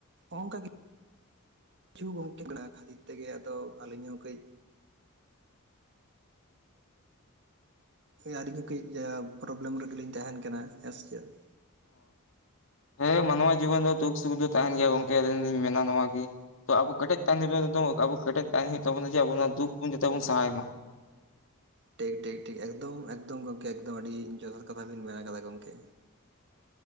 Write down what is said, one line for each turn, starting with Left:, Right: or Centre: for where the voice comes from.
Right: ᱚᱱᱠᱟ ᱜᱮ ᱠᱤᱪᱷᱩ ᱜᱚᱝᱠᱮ ᱠᱟᱱᱟ ᱠᱷᱟᱹᱛᱤᱨ ᱛᱮᱜᱮ ᱟᱫᱚ ᱟᱹᱞᱤᱧ ᱦᱚᱸ ᱠᱟᱹᱡ ᱟᱹᱞᱤᱧ ᱦᱚᱸ ᱠᱟᱹᱡ ᱯᱨᱚᱵᱽᱞᱮᱢ ᱨᱮᱜᱮ ᱞᱤᱧ ᱛᱟᱦᱮᱱ ᱠᱟᱱᱟ ᱦᱮᱸᱥᱮ ᱪᱮᱫ?
Left: ᱚ ᱦᱮᱸ ᱢᱟᱱᱣᱟ ᱡᱤᱵᱚᱱ ᱫᱚ ᱫᱩᱠ ᱥᱩᱠ ᱫᱚ ᱛᱟᱦᱮᱱ ᱜᱮᱭᱟ ᱜᱚᱢᱠᱮ ᱟᱹᱞᱤᱧ ᱞᱤᱧ ᱢᱮᱱᱟ ᱱᱚᱣᱟ ᱜᱮ ᱛᱚ ᱟᱵᱚ ᱠᱮᱴᱮᱡ ᱛᱟᱦᱮᱱ ᱦᱩᱭᱩᱜ ᱟᱵᱚ ᱠᱮᱴᱮᱡ ᱛᱟᱦᱮᱱ ᱦᱩᱭᱩᱜ ᱛᱟᱵᱚᱱᱟ ᱡᱮ ᱟᱵᱚ ᱫᱩᱠ ᱵᱚᱱ ᱡᱟᱛᱮ ᱵᱚᱱ ᱥᱟᱦᱟᱭ ᱢᱟ
Right: ᱴᱷᱤᱠ ᱴᱷᱤᱠ ᱴᱷᱤᱠ ᱮᱠᱫᱚᱢ ᱮᱠᱫᱚᱢ ᱜᱚᱢᱠᱮ ᱮᱠᱫᱚᱢ ᱟᱹᱰᱤ ᱡᱚᱛᱷᱟᱛ ᱠᱟᱛᱷᱟ ᱵᱤᱱ ᱢᱮᱱ ᱠᱟᱫᱟ ᱜᱚᱢᱠᱮ